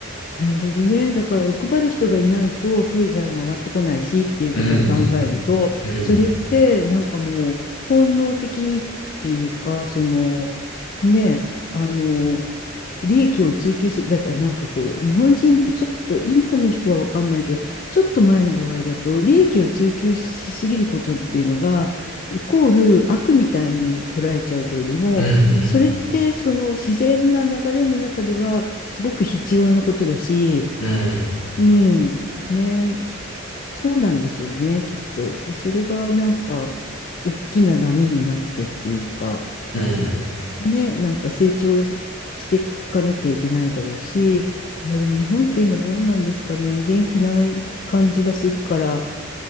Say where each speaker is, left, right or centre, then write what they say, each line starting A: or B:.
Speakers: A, on the left (about 40°); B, on the left (about 90°).
A: なるほどね。だから欲張る人がいないと経済も回ってこないしっていうことで考えると、
B: うん、うん、
A: それってなんかもう本能的にっていうか、そのね、あの、利益を追求する、だからなんかこう、日本人ってちょっと今の人は分かんないけど、ちょっと前の場合だと、利益を追求しすぎることっていうのが、イコール悪みたいに捉えちゃうけれども、
B: うん、
A: それってその自然な流れの中では、すごく必要なことだし、
B: うん、うん、
A: うん、ね、そうなんでしょうね、きっと。で、それがなんか、大きな波になってっていうか、
B: うん。
A: ね、なんか成長ししていかなきゃいけないだろうし、いや、でも日本って今どうなんですかね、元気ない感じがするから、